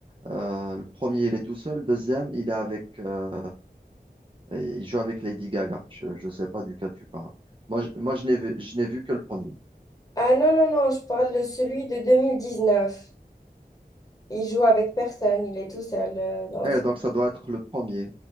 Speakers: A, on the right; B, on the left.
A: Euh, le premier, il est tout seul. Le deuxième, il est avec euh, Et il joue avec Lady Gaga. Je, je sais pas duquel tu parles. Moi, je, moi, je n'ai vu, je n'ai vu que le premier.
B: Ah non, non, non, je parle de celui de 2019. Il joue avec personne, il est tout seul euh, dans
A: Eh,
B: le... film.
A: donc, ça doit être le premier.